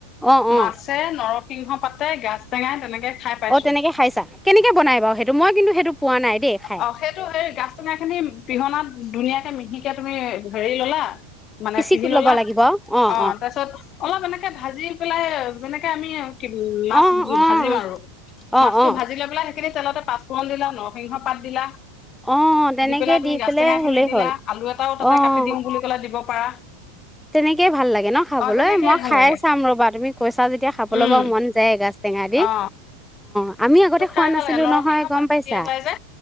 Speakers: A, in the centre; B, on the left (about 40°).
A: অঁ অঁ
B: মাছে ন নৰসিংহ পাতে, গাছ টেঙাই, তেনেকে খাই পাইছো
A: অ' তেনেকে খাইছা। কেনেকে বনাই বাৰু সেইটো মই কিন্তু সেইটো। পোৱা নাই দেই খাই
B: অ', সেইটো, সেই গাছ -টেঙাখিনি পিহনাত ধুনীয়াকে -মিহিকে তুমি, হেৰি ল'লা। মানে
A: পিচি
B: পিহি ল'লা,
A: ল'ব লাগিব অঁ অঁ
B: অ', তাৰপিছত অলপ এনেকে ভাজি পেলাই যেনেকে আমি মাছ
A: অঁ অঁ
B: ভাজিম
A: অঁ
B: আৰু,
A: অ',
B: মাছটো
A: অ',
B: ভাজি লৈ পেলাই খিনি তলতে পাচ কল দিলা ন পাত দিলা।
A: অ', তেনেকে
B: দি পেলাই তুমি গাজ
A: পেলাই
B: টেঙা খিনি
A: হ'লেই
B: দিলা,
A: হ'ল
B: আলু এটাও তাতে
A: অ',
B: কাটি দিও বুলি ক'লে দিব পাৰা।
A: তেনেকেই ভাল লাগে ন খাবলৈ,
B: অ তেনেকেই
A: মই
B: ভাল
A: খাই
B: লাগে
A: চাম ৰ'বা তুমি কৈছা যেতিয়া খাবলৈ
B: উম
A: বাৰু মন যায়ে গাজ। তেঙাদি,
B: অ
A: অ'। আমি আগতে
B: খাই
A: খোৱা
B: ভাল
A: নাছিলো
B: লাগে নৰসিংহ
A: নহয় গম
B: পাতটো
A: পাইছা।
B: দিয়া যায় যে